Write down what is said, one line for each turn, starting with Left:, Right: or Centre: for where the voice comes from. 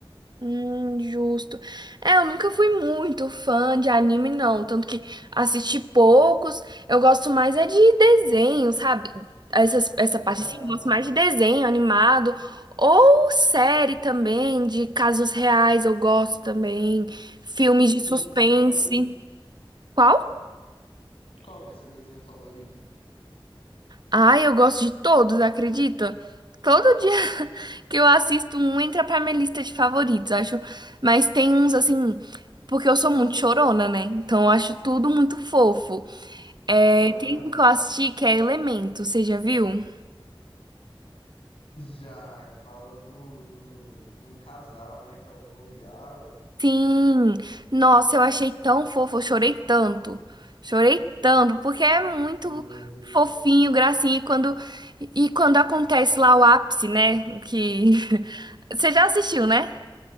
Right: Hum, justo. É, eu nunca fui muito fã de anime, não. Tanto que assisti poucos. Eu gosto mais é de desenho, sabe? Essas, essa parte
Left: Aham.
Right: assim, eu gosto mais de desenho animado. Ou série também, de casos reais, eu gosto também. Filmes de
Left: Seu
Right: suspense.
Left: desenho favorito?
Right: Qual?
Left: Qual que é seu desenho favorito?
Right: Ai, eu gosto de todos, acredita? Todo dia <laughs> que eu assisto um entra pra minha lista de favoritos, acho. Mas tem uns assim, porque eu sou muito chorona, né? Então eu acho tudo muito fofo. É,
Left: Aham.
Right: tem um que eu assisti que é Elemento, você já viu?
Left: Já, que fala do, do, de um casal, né? Que é o Fogo e a Água.
Right: Sim! Nossa, eu achei tão fofo, eu chorei tanto. Chorei tanto, porque é muito
Left: Justo.
Right: fofinho, gracinha. E quando, e quando acontece lá o ápice, né? Que. <laughs> Você já assistiu, né?